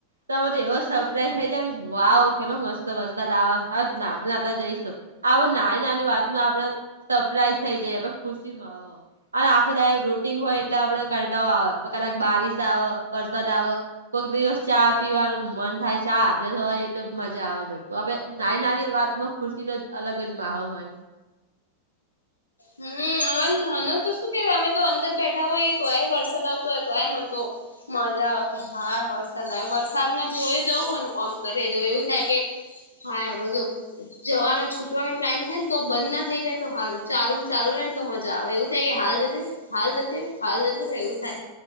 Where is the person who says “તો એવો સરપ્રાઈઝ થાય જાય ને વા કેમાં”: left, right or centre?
Right